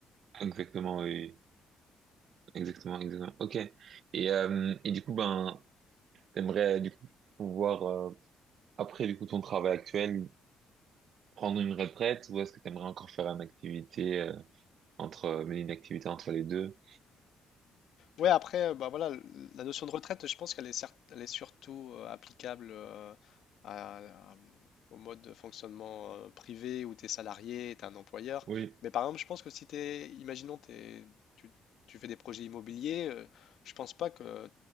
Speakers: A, on the right; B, on the left.
A: exactement, oui, exactement, exactement. Ok. Et euh, et du coup, ben, t'aimerais du coup pouvoir euh, après du coup ton travail actuel prendre une retraite ou est-ce que t'aimerais encore faire une activité euh, entre euh, mener une activité entre les deux?
B: Ouais, après, euh, bah voilà, l- la notion de retraite, je pense qu'elle est, cert- elle est surtout euh, applicable euh, à- à- au mode de fonctionnement euh, privé où tu es salarié, tu es un employeur.
A: Oui.
B: Mais par exemple, je pense que si tu es, imaginons, t'es- tu, tu fais des projets immobiliers, euh, je pense pas que